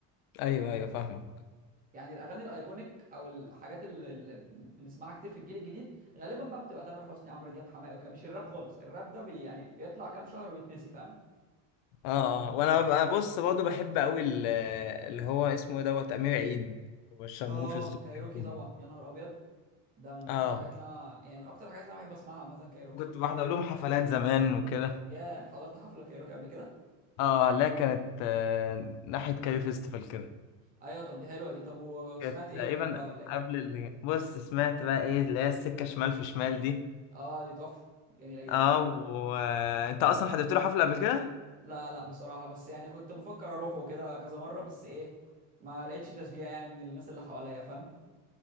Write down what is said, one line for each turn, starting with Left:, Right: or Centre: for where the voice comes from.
Left: ايوه ايوه فاهمك
Right: يعني الاغاني الايكونيك او الحاجات اللي اللي بنسمعها كتير في الجيل الجديد غالبا بقى بتبقى تامر حسني عمرو دياب حماقي وكده مش الراب خالص الراب ده بي يعني بيطلع كام شهر ويتنسي فاهم
Left: اه اه وانا ببقى- بص برضه بحب قوي ال- اللي هو اسمه ايه دوت امير عيد والشرموفرز
Right: اه
Left: دول
Right: كايروكي
Left: بحبهم
Right: طبعا يا نهار ابيض ده من
Left: اه
Right: احلى الحاجات اللي انا يعني من اكتر الحاجات اللي انا بحب اسمعها عامه كايروكي
Left: كنت بحضر لهم حفلات زمان وكده
Right: ياه حضرت حفله الكايروكي قبل كده
Left: اه لا كانت آه ناحية كاري فيستيفال كده
Right: ايوه طب دي حلوه دي طب وسمعت
Left: كانت
Right: ايه
Left: تقريبا
Right: هناك بقى ولا ايه
Left: قبل اللي بص سمعت بقى ايه اللي هي السكة شمال في شمال دي
Right: اه دي تحفه جميله جدا
Left: اه وانت اصلا حضرت له حفلة قبل كده؟
Right: لا لا بصراحه بس يعني كنت بفكر اروح وكده كذا مره بس ايه ما لقيتش تشجيع يعني من الناس اللي حواليا فاهم